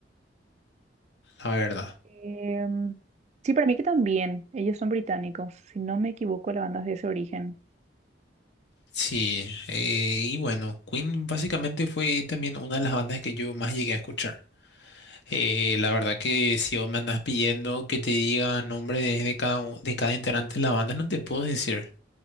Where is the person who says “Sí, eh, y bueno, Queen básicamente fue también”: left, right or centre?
Left